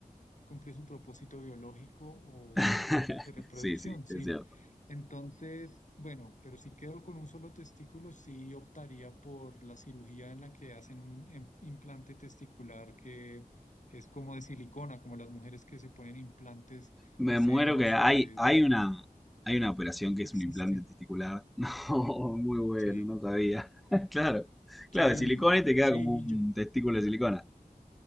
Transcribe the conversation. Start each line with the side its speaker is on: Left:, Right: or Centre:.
Left: cumple su propósito biológico
Centre: <laughs>
Left: de reproducción,
Centre: Sí, sí,
Left: sí.
Centre: es cierto.
Left: Entonces, bueno, pero si quedo con un solo testículo, sí optaría por la cirugía en la que hacen un em- implante testicular que es como de silicona, como las mujeres que se ponen implantes
Centre: Me
Left: de senos
Centre: muero que hay,
Left: o de,
Centre: hay
Left: de-
Centre: una, hay una operación que
Left: existe.
Centre: es un implante testicular. <laughs> No, muy bueno,
Left: Sí,
Centre: no sabía. <laughs> Claro,
Left: sí,
Centre: claro, de silicona y te queda
Left: sí.
Centre: como
Left: y
Centre: un
Left: Yo,
Centre: testículo de silicona.